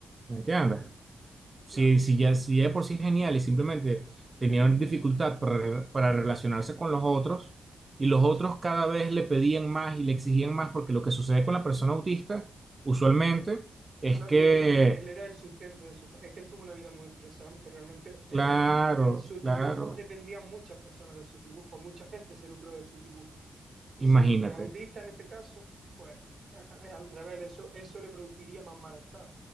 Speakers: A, on the right; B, on the right.
A: ¿Me entiendes? Si,
B: claro,
A: si ya, si ya de por sí es genial y simplemente tenía una dificultad para, re- para relacionarse con los otros, y los otros
B: sí,
A: cada vez le pedían más y le exigían más, porque lo que sucede con la persona autista, usualmente, es
B: claro,
A: que
B: y él, él era el sustento de su familia. Es que él tuvo una vida muy estresante, realmente eh,
A: Claro,
B: él- sus
A: claro.
B: dibujos dependían muchas personas de sus dibujos, mucha gente se lucró de sus dibujos. Y si
A: Imagínate.
B: fuera autista en este caso, pues a- a- al revés, eso, eso le produciría más malestar.